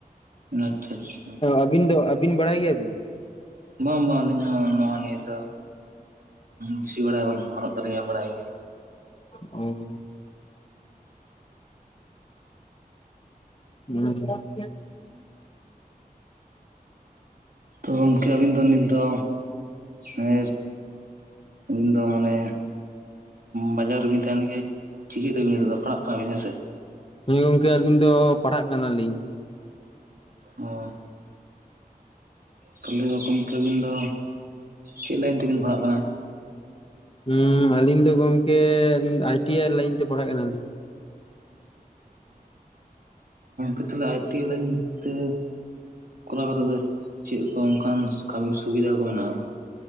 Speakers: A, on the right; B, on the left.
A: ᱟᱪᱪᱷᱟ ᱟᱪᱪᱷᱟ
B: ᱟᱹᱵᱤᱱ ᱫᱚ ᱟᱹᱵᱤᱱ ᱵᱟᱲᱟᱭ ᱜᱮᱭᱟᱵᱤᱱ
A: ᱵᱟᱝ ᱵᱟᱝ ᱟᱹᱞᱤᱧ ᱦᱚᱸ ᱱᱚᱣᱟ ᱱᱤᱭᱟᱹ ᱫᱚ ᱵᱤᱥᱤ ᱵᱟᱲᱟᱭ ᱵᱟᱹᱱᱩᱜ ᱛᱟᱹᱞᱤᱧᱟ ᱵᱟᱲᱟᱭ ᱜᱮ
B: ᱚ <unintelligible>
A: ᱛᱚ ᱜᱚᱝᱠᱮ ᱟᱹᱵᱤᱱ ᱫᱚ ᱱᱤᱛ ᱫᱚ ᱦᱮ ᱩᱱ ᱫᱚ ᱢᱟᱱᱮ ᱵᱟᱡᱟᱨ ᱨᱮᱵᱤᱱ ᱛᱟᱦᱮᱱ ᱜᱮ ᱪᱤᱠᱟᱹᱛᱮᱹᱵᱤᱱ ᱱᱤᱛᱚᱜ ᱯᱟᱲᱦᱟᱜ ᱠᱟᱱᱟᱵᱤᱱ ᱦᱮᱸᱥᱮ
B: ᱦᱮᱸ ᱜᱚᱝᱠᱮ ᱟᱹᱞᱤᱧ ᱫᱚ ᱯᱟᱲᱦᱟᱜ ᱠᱟᱱᱟᱞᱤᱧ
A: ᱚ ᱛᱟᱦᱮ ᱜᱚᱝᱠᱮ ᱟᱹᱵᱤᱱ ᱫᱚ ᱪᱮᱫ ᱞᱟᱭᱤᱱ ᱛᱮᱵᱤᱱ ᱯᱟᱲᱦᱟᱜ ᱠᱟᱱᱟ᱾
B: ᱦᱮᱸ ᱟᱞᱤᱧ ᱫᱚ ᱜᱚᱝᱠᱮ ᱟᱭ ᱴᱤ ᱟᱭ ᱞᱟᱭᱤᱱ ᱛᱮ ᱯᱟᱲᱦᱟᱜ ᱠᱟᱱᱟᱞᱤᱧ᱾
A: ᱚ ᱛᱟᱦᱞᱮ ᱟᱭ ᱴᱤ ᱟᱭ ᱞᱟᱭᱤᱱ ᱛᱮ ᱠᱚᱨᱟᱣ ᱠᱟᱛᱮ ᱫᱚ ᱪᱮᱫ ᱠᱚ ᱚᱱᱠᱟᱱ ᱠᱟᱹᱢᱤ ᱥᱩᱵᱤᱫᱟ ᱠᱚ ᱢᱮᱱᱟᱜᱼᱟ᱾